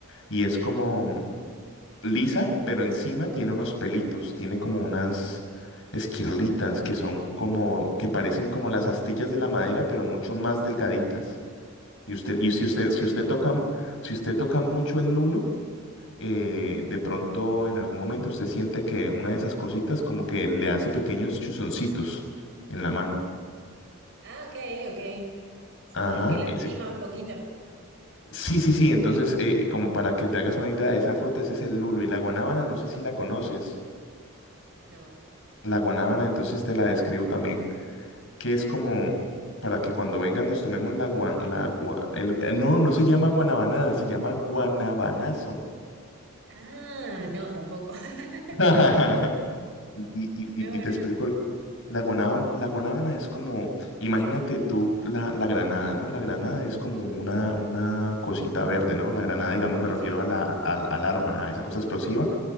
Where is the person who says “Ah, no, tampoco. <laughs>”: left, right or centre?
Right